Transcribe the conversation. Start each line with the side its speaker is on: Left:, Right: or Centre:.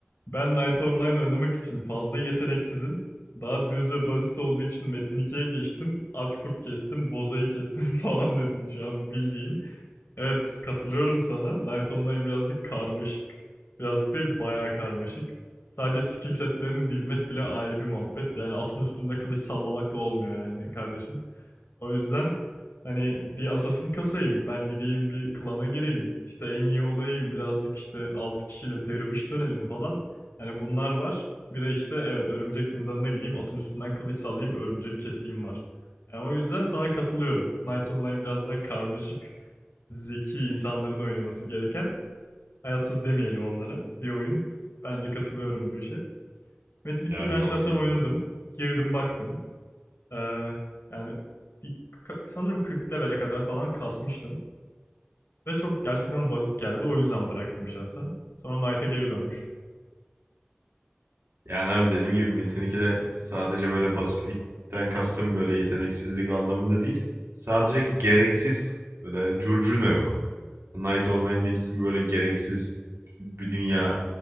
Left: ben Night Online oynamak için fazla yeteneksizim. Daha düz ve basit olduğu için Metin 2'ye geçtim. Aç kurt kestim, bozayı kestim <laughs> falan dedin şu an bildiğin. Evet, katılıyorum sana. Knight Online birazcık karmaşık. Birazcık değil, bayağı karmaşık. Sadece skill setlerini dizmek bile ayrı bir muhabbet. Yani atın üstünde kılıç sallamakla olmuyor yani kardeşim. O yüzden hani bir assassin kasayım. Ben gideyim bir klana gireyim. İşte en iyi olayım. Birazcık işte 6 kişiyle derviş dönelim falan. Hani bunlar var. Bir de işte evet örümcek zindanına gideyim. Atın üstünden kılıç sallayayım. Örümcek keseyim var. Yani o yüzden sana katılıyorum. Knight Online biraz daha karmaşık zeki insanların oynaması gereken hayatsız demeyelim onlara bir oyun. Bence katılıyorum bu işe. Metin 2'yi
Right: Ya yo
Left: ben şahsen oynadım. Girdim baktım. Ee, yani bir, sanırım 40 levele kadar falan kasmıştım. Ve çok gerçekten basit geldi. O yüzden bıraktım şahsen. Sonra Knight'a geri dönmüştüm.
Right: yani abi dediğim gibi Metin 2'de sadece böyle basitlikten kastım böyle yeteneksizlik anlamında değil. Sadece gereksiz böyle curcuna yok. Night Online'daki gibi böyle gereksiz bir dünya